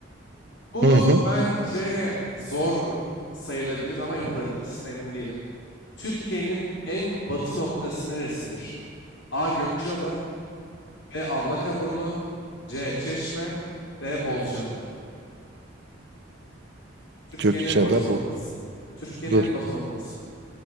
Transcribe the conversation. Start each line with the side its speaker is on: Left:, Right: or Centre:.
Left: Bu
Right: Hı hı.
Left: bence zor sayılabilir ama yapabilirsin emin değilim. Türkiye'nin en batı noktası neresidir? A. Gökçeada B. Avlakaburnu C. Çeşme D. Bozcaada. Türkiye'nin
Right: Gökçeada
Left: en batı noktası.
Right: bu.
Left: Türkiye'nin
Right: Dur.
Left: en batı noktası.